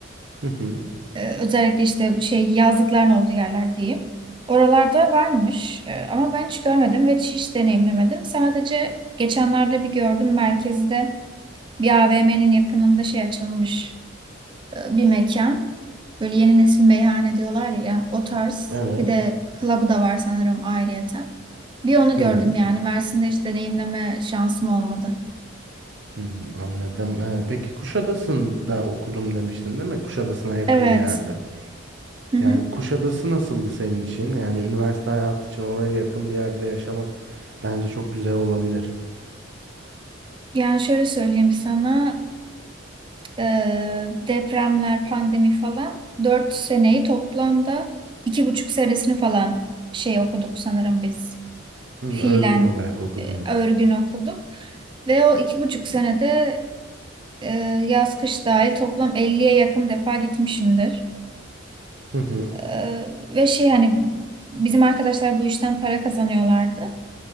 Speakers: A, on the right; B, on the right.
A: Hı hı.
B: Ee, özellikle işte şey yazlıkların olduğu yerler diyeyim. Oralarda varmış Ee, ama ben hiç görmedim ve hiç deneyimlemedim. Sadece geçenlerde bir gördüm merkezde bir AVM'nin yakınında şey açılmış e, bir mekan. Böyle yeni nesil meyhane diyorlar ya o tarz.
A: Evet.
B: Bir de club'ı da var sanırım ayrıyeten. Bir onu
A: Hmm.
B: gördüm yani Mersin'de hiç deneyimleme şansım olmadı.
A: hmm, anladım. Ee, peki Kuşadası'nda okudum demiştin değil mi? Kuşadası'na yakın
B: Evet.
A: bir yerde.
B: Hı hı.
A: Yani Kuşadası nasıldı senin için? Yani üniversite hayatı için oraya yakın bir yerde yaşamak bence çok güzel olabilir.
B: Yani şöyle söyleyeyim sana. e, depremler, pandemi falan. Dört seneyi toplamda iki buçuk senesini falan şey okuduk sanırım biz.
A: Hı, örgün
B: Fiilen
A: olarak okudunuz.
B: e, örgün okuduk. Ve o iki buçuk senede e, yaz kış dahil toplam elliye yakın defa gitmişimdir.
A: Hı hı.
B: E, ve şey hani bizim arkadaşlar bu işten para kazanıyorlardı.